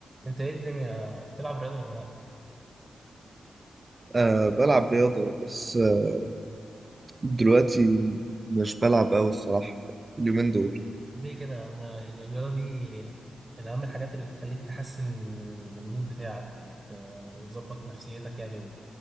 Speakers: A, on the right; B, on the right.
A: انت ايه الدنيا بتلعب رياضة ولا لا؟
B: أه بلعب رياضة بس أه دلوقتي مش بلعب أوي الصراحة اليومين دول
A: ليه كده؟ انا يعني الرياضة دي من اهم الحاجات اللي تخليك تحسن من من المود بتاعك وت- وتظبط نفسيتك يعني و-